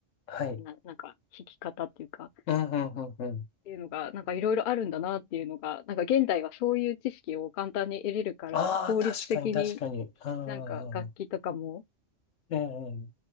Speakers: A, on the left; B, on the left.
A: はい。
B: な、なんか弾き方っていうか、っ
A: うん、うん、うん、うん。
B: ていうのが、なんかいろいろあるんだなっていうのが、なんか現代はそういう知識を簡単に得れるから、
A: ああ、
B: 効率的に
A: 確かに、確かに。うん、
B: なんか楽器とかも
A: うんうん。ええ、